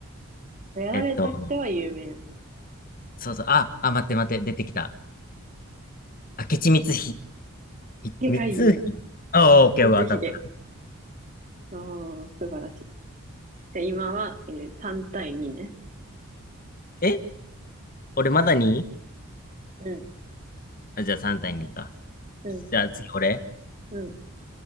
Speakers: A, on the right; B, on the left.
A: うやられた人は有名なんだ。
B: えっと、そうそう。あ、あ、待って待って、出てきた。明智光秀ひ光秀
A: でかい。
B: あ、オッケー、
A: 光秀。
B: オッケー当たった。
A: おー、素晴らしい。じゃあ、今は、えー3対2ね。
B: え俺まだに
A: うん、
B: あ、じゃあ3対2か。
A: うん、
B: じゃあ次俺
A: うん。